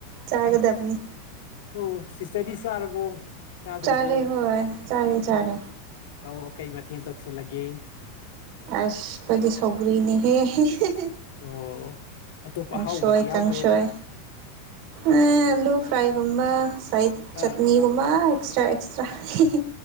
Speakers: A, on the right; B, on the left.
A: ꯆꯥꯒꯗꯕꯅꯤ
B: ꯑꯣ ꯁꯤꯁꯇꯗꯤ ꯆꯥꯔꯕꯣ ꯆꯥꯗ꯭ꯔꯤꯕꯣ
A: ꯆꯥꯔꯦ ꯍꯣꯏ ꯆꯥꯔꯦ ꯆꯥꯔꯦ
B: ꯑꯣ ꯀꯩ ꯃꯊꯦꯜ ꯇꯧꯁꯤꯜꯂꯒꯦ
A: ꯑꯁ ꯈꯣꯏꯗꯤ ꯁꯧꯒ꯭ꯔꯤꯅꯦꯍꯦ ꯍꯤꯍꯤ
B: ꯑꯣ ꯑꯇꯣꯞꯄ
A: ꯀꯥꯡꯁꯣꯏ
B: ꯑꯍꯥꯎꯕꯗꯤ
A: ꯀꯥꯡꯁꯣꯏ
B: ꯌꯥꯎꯗ꯭ꯔꯣ
A: ꯑ ꯑꯂꯨ ꯐ꯭ꯔꯥꯏꯒꯨꯝꯕ ꯐ꯭ꯔꯥꯏꯠ ꯆꯠꯅꯤꯒꯨꯝꯕ
B: ꯑꯥ
A: ꯑꯦꯛꯁꯇ꯭ꯔꯥ ꯁ꯭ꯇ꯭ꯔꯥ ꯍꯦꯍꯦ